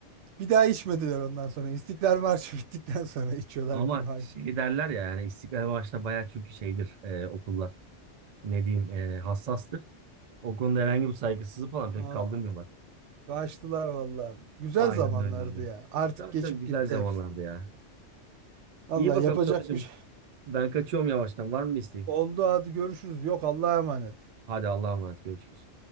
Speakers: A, on the right (about 80°); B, on the right (about 65°).
A: Bir daha içmediler ondan sonra. İstiklal Marşı <laughs> bittikten sonra içiyorlar
B: ama
A: Cuma.
B: şey
A: günü.
B: derler ya yani İstiklal Marşı'nda bayağı çünkü şeydir e, okullar. Ne diyeyim e, hassastır. O konuda herhangi bir saygısızlık falan pek
A: Aa,
B: kaldırmıyorlar.
A: kaçtılar valla. Güzel
B: Aynen
A: zamanlardı
B: öyle abi.
A: ya. Artık
B: Tabii
A: geçip
B: tabii güzel
A: gitti
B: zamanlardı
A: hepsi.
B: ya.
A: Valla
B: İyi bakalım
A: yapacak
B: Sadıç'ım.
A: bir şey.
B: Ben kaçıyorum yavaştan. Var mı bir isteğin?
A: Oldu hadi görüşürüz. Yok Allah'a emanet.
B: Hadi Allah'a emanet. Görüşürüz.